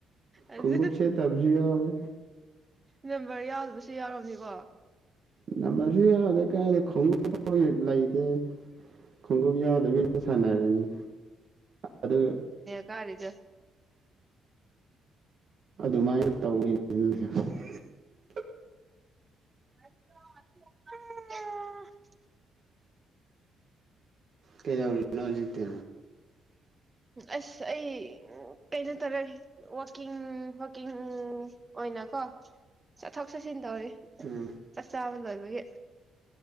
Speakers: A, on the right; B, on the right.
A: ꯑꯗꯨ
B: ꯈꯨꯡꯉꯨꯞ ꯁꯦꯠꯇꯕꯁꯨ ꯌꯥꯎꯋꯤ
A: ꯅꯝꯕꯔ ꯌꯥꯗꯕꯁꯨ ꯌꯥꯎꯔꯝꯅꯤꯀꯣ
B: ꯅꯝꯕꯁꯤ ꯌꯥꯗ ꯀꯦ ꯈꯪ ꯂꯩ <unintelligible> ꯈꯣꯡꯎꯞ ꯌꯥꯎꯗꯕꯤꯅ ꯁꯥꯟꯅꯔꯦꯅꯤ ꯑꯗꯨ
A: ꯀꯔꯤꯖꯦ
B: ꯑꯗꯨꯃꯥꯏꯅ ꯇꯧꯒꯤ <unintelligible>
A: <unintelligible>
B: ꯀꯩꯗꯧꯔꯤꯅꯣ ꯍꯧꯖꯤꯛꯇꯤ
A: ꯑꯁ ꯑꯩ ꯀꯩꯅꯣ ꯇꯧꯔꯦ ꯋꯥꯀꯤꯡ ꯋꯥꯀꯤꯡ ꯑꯣꯏꯅꯀꯣ ꯆꯠꯊꯣꯛ ꯆꯠꯁꯤꯟ ꯇꯧꯔꯤ
B: ꯎꯝ
A: ꯆꯥꯛ ꯆꯥꯕ ꯂꯣꯏꯕꯒꯤ